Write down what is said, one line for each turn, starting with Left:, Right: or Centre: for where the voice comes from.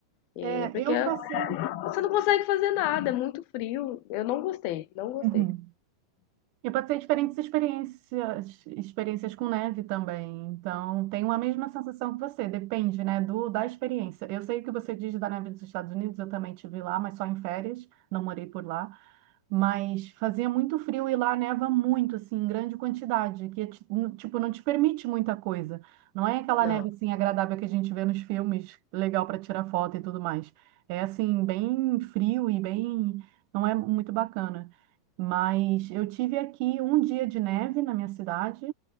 Left: É
Right: É,
Left: porque
Right: eu passei.
Left: você não consegue fazer nada, é muito frio. Eu não gostei, não gostei.
Right: Uhum. Eu passei diferentes experiências, experiências com neve também. Então, tenho a mesma sensação que você, depende, né, do da experiência. Eu sei o que você diz da neve dos Estados Unidos, eu também tive lá, mas só em férias, não morei por lá. Mas fazia muito frio e lá neva muito, assim, em grande quantidade, que, ti- n- tipo, não te permite muita coisa. Não é aquela
Left: Não.
Right: neve, assim, agradável que a gente vê nos filmes, legal para tirar foto e tudo mais. É, assim, bem frio e bem... não é muito bacana. Mas eu tive aqui um dia de neve na minha cidade